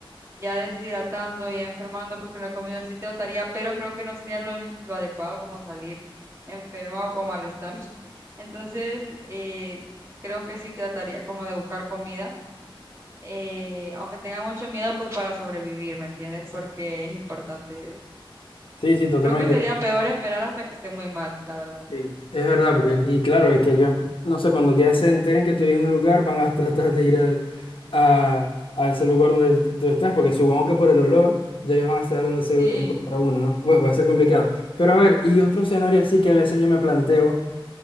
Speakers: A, on the right; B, on the left.
A: ya deshidratando, ya enfermando porque no he comido, sí trataría, pero creo que no sería lo, in- lo adecuado como salir enferma o con malestar. <laughs> Entonces, eh, creo que sí trataría como de buscar comida. eh, aunque tenga mucho miedo, pues para sobrevivir, ¿me entiendes? Porque es importante eso.
B: Sí, sí, totalmente.
A: Creo que sería peor esperar hasta que esté muy mal, la verdad.
B: Sí, es verdad, porque, y claro, es que ellos, no sé, cuando ya se enteren que tú vives en un lugar, van a tratar de ir al- a, a ese lugar donde tú estás, porque supongo que por el olor ya ellos van a saber dónde se
A: Sí,
B: encuentra uno, ¿no? Pues va a ser complicado. Pero a ver, y otro escenario así que a veces yo me planteo.